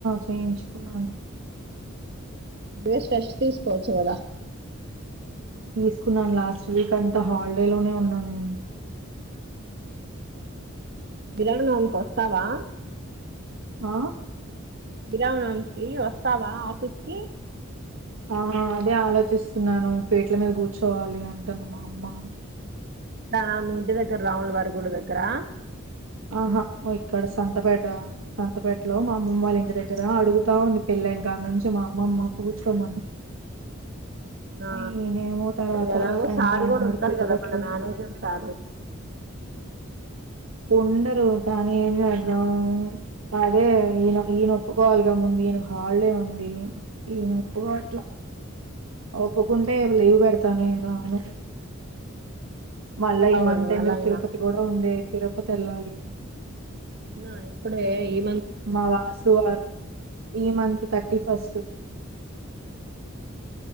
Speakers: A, on the right (about 80°); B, on the right (about 50°).
A: చేయించుకున్నాను
B: బ్రష్ ఫ్రెష్ తీసుకోవచ్చు కదా
A: తీసుకున్నాను లాస్ట్ వీక్ అంతా హాలిడే లోనే ఉన్నా నే
B: గురువారం నుంచి వస్తావా
A: ఆ
B: గరువారం నుంచి వస్తావా ఆఫీస్ కి
A: ఆ అదే ఆలోచిస్తున్నాను పేట్ల మీద కూర్చోవాలి అంటుంది మా అమ్మ
B: దా మీ ఇంటి దగ్గర రాముల వారి గుడి దగ్గర కరా
A: ఆహాఓ ఇక్కడ సంతపేట సంతపేటలో మా అమ్మమ్మ వాళ్ళ ఇంటి దగ్గర అడుగుతా ఉంది పెళైన కాడ నుంచి మా అమ్మమ్మ కూర్చోమని
B: ఆ
A: ఈయనేమో తర్వాత
B: ఎలాగో
A: తర్వాత
B: సార్
A: అంటా
B: కూడా
A: ఉన్నాడు
B: ఉంటారు
A: కుదరట్లేదు.
B: కదా మన మేనేజర్ సారు
A: ఉండరు కానీ ఏం చేద్దాం అదే ఈయనొ ఈయనొప్పుకోవాలిగా ముందు ఈయనకు హాలిడే ఉంది ఈయవొప్పుకో అట్లా ఒప్పుకుంటే లీవ్ పెడతానే రాను మళ్ళా
B: అవుగా
A: ఈ మంత్
B: నువ్వు
A: ఎండ్
B: ఎలాగైనా
A: కి తిరుపతి కూడా ఉందే తిరుపతి తెల్లారి
B: అన్నా ఎప్పుడే ఇ
A: మా వాసువారు ఈ మంత్ త టి ఫస్ట్